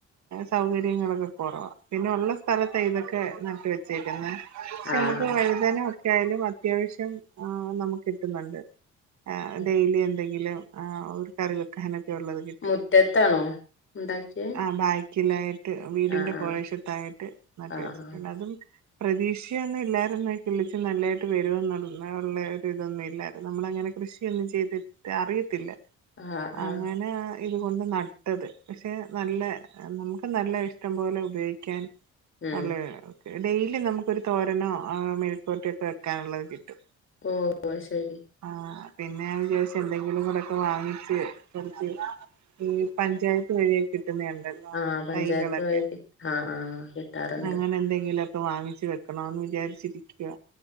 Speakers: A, on the right; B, on the left.
A: സൗകര്യങ്ങളൊക്കെ കൊറവാ- പിന്നെ ഒള്ള സ്ഥലത്ത ഇതൊക്കെ നട്ട വെച്ചേരിക്കുന്നേ പക്ഷെ
B: ആഹ്
A: നമുക്ക് തനൊക്കെ ആയാലും അത്യാവശ്യം ആഹ് നമുക്ക് കിട്ടുന്നുണ്ട്
B: ആഹ്
A: ഡെയിലി എന്തെങ്കിലുരുകറി വെക്കാനൊ ക്കെള്ളത്കിട്ടും
B: മുറ്റത്താണോ ഇണ്ടാക്കിയേ
A: ആഹ് ബാക്കിലായിട്ട് വീടിന്റെ
B: ആഹ്
A: പ്രവേശത്തായിട്ട്
B: ആഹ്
A: നട്ട്
B: ആഹ്
A: വെച്ചിട്ടുള്ള അതും പ്രതീക്ഷന്നും ഇല്ലാര്ന്ന്. കിളിച്ച് നല്ലതായിട്ട് വരവന്നൊള്ള അങ്ങന ഉള്ള ഒരിതൊന്നും ഇല്ലാരോ നമ്മള അങ്ങനെ കൃഷിയൊന്നും ചെയ്തിട്ട് അറിയത്തില്ല.
B: ആഹ് ആഹ് ആഹ്
A: അങ്ങനെ ഇതുകൊണ്ട് നട്ടത് പക്ഷെ നല്ല നമുക്ക് നല്ല ഇഷ്ടം പോലെ ഉപയോഗിക്കാൻ
B: ഉം
A: ഉള്ള ഡെയിലി നമുക്കൊരു തോരനോ മെഴുക്കോരട്ടയൊക്കെ വെക്കാനുള്ളത് കിട്ടും.
B: ഓഹ് ഒ ശരി.
A: ആഹ് പിന്നെ വിചാരിച്ച് എന്തെങ്കിലും കൂടൊക്കെ വാങ്ങിച്ച് കൊറച്ച് ഈ പഞ്ചായത്ത് വഴിയ കിട്ടുന്നേ ണ്ടല്ലൊ
B: ആഹ് പഞ്ചായത്ത്
A: തൈകളൊക്കെ
B: വഴി ആഹ് ആഹ് കിട്ടാറുണ്ട്
A: അങ്ങനെ എന്തെങ്കിലുക്കെ വാങ്ങിച്ച് വെ ക്കണോന്ന് വിചാരിച്ചിരിക്കുവ